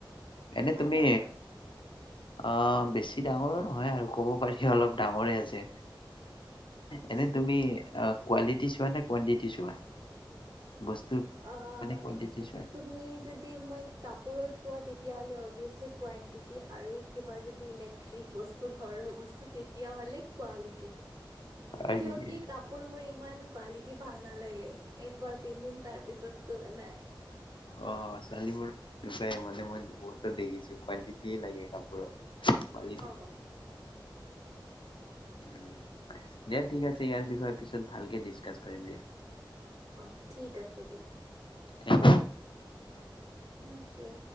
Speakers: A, on the right; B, on the left.
A: কিমান
B: এনে তুমি
A: ডাঙৰ?
B: আ, বেছি ডাঙৰো নহয় আৰু ক'ব পাৰি অলপ ডাঙৰে আছে।
A: আচ্ছা
B: এনে তুমি কোৱালিটি চোৱা নে কোৱানটিটি চোৱা? বস্তুৰ
A: অ',
B: মানে কোৱানটিটি চোৱা
A: তুমি যদি মই কাপোৰত কোৱা তে তেতিয়াহ'লে অভিয়াচলি কোৱণ্টিটি আৰু কিবা যদি ইলেক্ট্ৰিক বস্তু ঘৰৰ বস্তু তেতিয়া হলে কোৱালিটি,
B: হয়
A: কিয়
B: নেকি
A: কি কাপোৰ মোৰ ইমান কোৱা ভাল নালাগে একবাৰ পিন্ধিম তাৰ পিছততো নাই।
B: অ', ছোৱালীবোৰ এনেকুৱাই মানে মই বহুতো দেখিছো কোৱানটিটিয়ে লাগে কাপোৰত। কোৱালিটি
A: অ',
B: দিয়া ঠিক আছে ইয়াৰ বিষয়ে পিছত ভালকে ডিচকাছ কৰিম দিয়া।
A: অ', ঠিক আছে দিয়া।
B: থিক
A: থেংক ইউ।